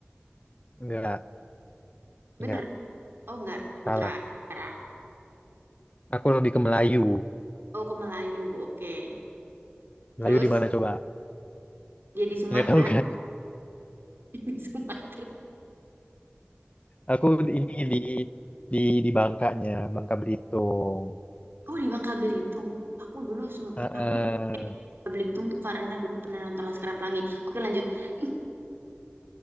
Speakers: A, on the left; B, on the right.
A: Nggak,
B: bener?
A: nggak.
B: Oh nggak, Putra
A: Salah.
B: Utara.
A: Aku lebih ke Melayu.
B: Oh ke Melayu, oke. Terus
A: Melayu di mana coba?
B: jadi Sumatera,
A: Nggak tahu kan?
B: <laughs> Sumatera.
A: Aku ini di di di Bangkanya, Bangka Belitung.
B: Oh di Bangka Belitung. Aku dulu sem-
A: Heeh.
B: aku Bangka Belitung tuh karena dulu pernah nonton Laskar Pelangi. Oke lanjut. <laughs>